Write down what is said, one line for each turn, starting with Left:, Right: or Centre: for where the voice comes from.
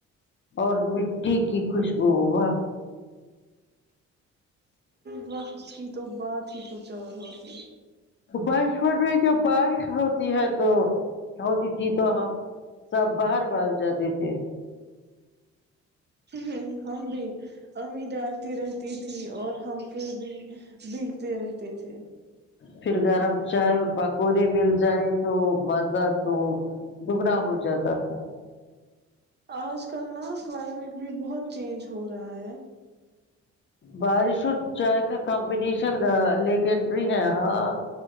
Left: اور مٹی کی خوشبو واہ
Right: بسس کی تو بات ہی کچھ اور ہوتی ہے
Left: بارش پڑ رہی ہے جب بارش ہوتی ہے تو ہوتی تھی تو ہم سب باہر بھاگ جاتے تھے
Right: ہ ہم بھی امی ڈانتی رہتی تھی اور ہم پھر بھی بگتے رہتے تھے
Left: پھر گرم چائے اور پکوڑے مل جائے تو مزہ تو دگنا ہو جاتا تھا
Right: آج کل نا کلائمیٹ بھی بہت چینج ہو رہا ہے
Left: بارش اور چائے کا کمبینیشن لیکنڈری ہے ہاں